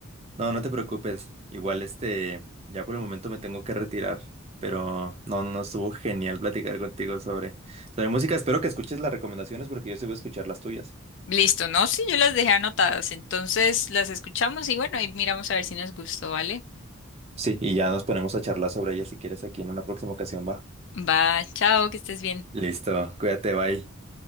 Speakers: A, on the right; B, on the left.
A: no, no te preocupes. Igual este, ya por el momento me tengo que retirar. Pero no, no estuvo genial platicar contigo sobre, sobre música. Espero que escuches las recomendaciones porque yo sí voy a escuchar las tuyas.
B: Listo, ¿no? Sí, yo las dejé anotadas. Entonces las escuchamos y bueno, ahí miramos a ver si nos gustó, ¿vale?
A: Sí, y ya nos ponemos a charlar sobre ellas si quieres aquí en una próxima ocasión, va.
B: Va, chao, que estés bien.
A: Listo, cuídate, bye.